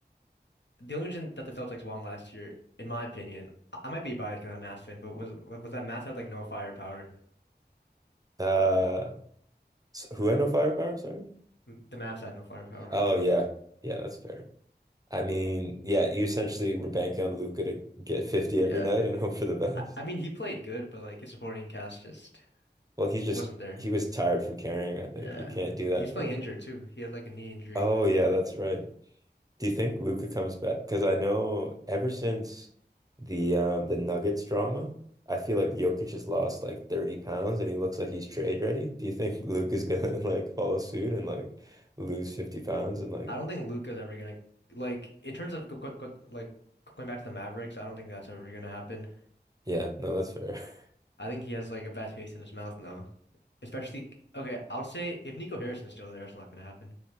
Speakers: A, on the left (about 85°); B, on the right (about 20°).
A: The only reason that the Celtics won last year, in my opinion, I I might be biased because I'm a Mavs fan, but was was that Mavs had like no firepower.
B: uh s- who had no firepower, sorry?
A: M- The Mavs had no firepower.
B: Oh yeah. Yeah, that's fair. I mean, yeah, you essentially were banking on Luca to get 50
A: Yeah.
B: every night and <laughs> hope for the best.
A: I, I mean, he played good, but like his supporting cast just
B: Well, he's
A: wasn't
B: just
A: there.
B: he was tired from carrying, I think.
A: Yeah.
B: You can't do that
A: He was
B: for
A: playing injured too. He had like a knee injury.
B: Oh yeah, that's right. Do you think Luca comes back? Because I know ever since the um the Nuggets drama, I feel like Jokic has lost like 30 pounds and he looks like he's trade ready. Do you think Luca's gonna <laughs> like follow suit and like lose 50 pounds and like
A: I don't think Luka's ever gonna like in terms of go, go, go- like going back to the Mavericks, I don't think that's ever gonna happen.
B: yeah, no, that's fair. <laughs>
A: I think he has like a bad taste in his mouth now. Especially, okay, I'll say if Nico Harrison's still there, it's not gonna happen.